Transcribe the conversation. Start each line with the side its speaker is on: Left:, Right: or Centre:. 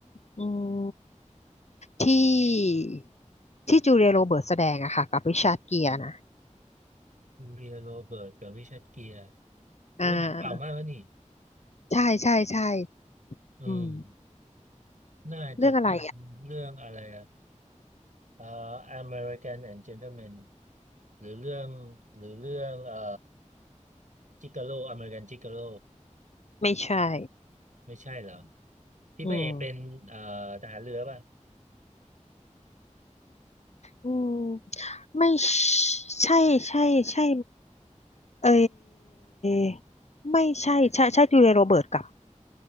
Left: อืมที่ที่จูเลียโรเบิร์ตแสดงอะค่ะกับริชาร์ดเกียร์นะ
Right: ยูเรียโรเบิร์ตกับริชาร์ดเกียร์โอู้หนังเก่ามากแล้วนี่
Left: อ่าใช่ใช่ใช่
Right: อืม
Left: อืม
Right: น่าจะเป็นเรื่องอะไรอะ
Left: เรื่องอะไร
Right: เอ่อ American and Gentleman หรือเรื่องหรือเรื่องเอ่อจิกาโลอเมริกันจิกาโล
Left: ไม่ใช่
Right: ไม่ใช่เหรอที่พระเอกเป็นเอ่อทหารเรือป่ะ
Left: อืมอืมไม่ใช่ ใช่ใช่ใช่เอยไม่ใช่ใช่ใช่จูเลียโรเบิร์ตกับ